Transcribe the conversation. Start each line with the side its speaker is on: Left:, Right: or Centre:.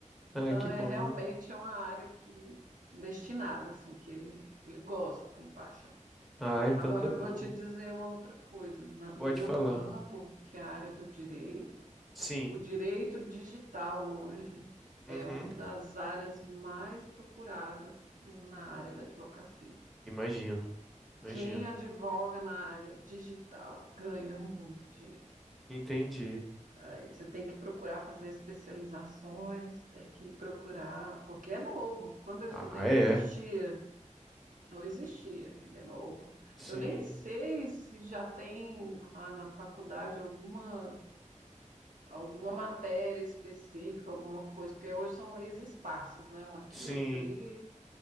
Centre: Ah,
Right: Então
Centre: que
Right: é
Centre: bom.
Right: realmente é uma área que destinada, assim, que ele, ele gosta, tem paixão.
Centre: Ah, então
Right: Agora
Centre: tá
Right: eu
Centre: bom.
Right: vou te dizer uma outra coisa. Na-
Centre: Pode
Right: no meu
Centre: falar.
Right: campo, que é a área do direito,
Centre: Sim.
Right: o direito digital hoje
Centre: Uhum.
Right: é uma das áreas mais procuradas na área da advocacia.
Centre: Imagino. Imagino.
Right: Quem advoga na área digital ganha muito dinheiro.
Centre: Entendi.
Right: Aí você tem que procurar fazer especializações, tem que procurar, porque é novo. Quando eu
Centre: Ah,
Right: estudei,
Centre: é.
Right: não existia. Não existia, ele é novo.
Centre: Sim.
Right: Eu nem sei se já tem lá na faculdade alguma, alguma matéria específica, alguma coisa, porque hoje são leis esparsas, né? Uma aqui,
Centre: Sim.
Right: outra ali,